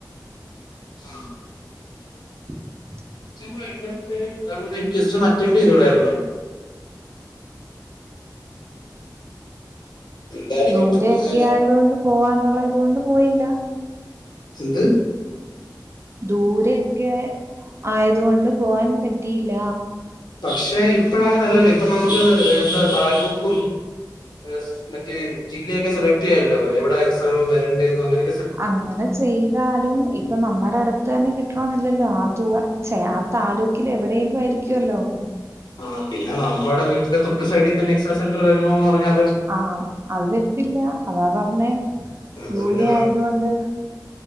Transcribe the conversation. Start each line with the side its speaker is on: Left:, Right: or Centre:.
Left: ആ
Right: ഉം
Left: <unintelligible> മറ്റേണ്ടി വരൂലായിരുന്നോ എന്തായാലും
Right: ദൂരയൊക്ക
Left: കിട്ടിപ്പോയാലോ
Right: ആയതുകൊണ്ട് പോവാനുള്ള ഇതുകൊണ്ട് പോയില്ല
Left: എന്ത്
Right: ദൂരയൊക്കെ ആയതുകൊണ്ട് പോവാൻ പറ്റിയില്ല
Left: പക്ഷെ ഇപ്പയ അങ്ങന അല്ലല്ലോ ഇപ്പം നമുക്ക് എന്താ താലൂക്കും എസ് മറ്റേ ജില്ലയൊക്കെ സെലക്ട് ചെയ്യാല്ലോ എവടെ എക്സാം വരണ്ടയ്ന്നോ അങ്ങനെ
Right: അങ്ങനെ ചെയ്താലും ഇപ്പൊ നമ്മുടെ അടുത്ത് തന്നെ കിട്ടണോന്നില്ലല്ലോ ആ തുവ ഛേ ആ താലൂക്കിൽ എവിടെലും ആയിരി ഇക്യല്ലോ
Left: ആ പിന്നെ നമ്മുടെ വീ തൊട്ട് സൈഡി തന്നെ എക്സാം സെൻ വരണോന്ന് പറഞ്ഞാ
Right: ആ അത് വര്ത്തില്ല അതാ പറഞ്ഞേ
Left: അത്
Right: ദൂരെ
Left: പിന്നെ
Right: ആയതുകൊണ്ട്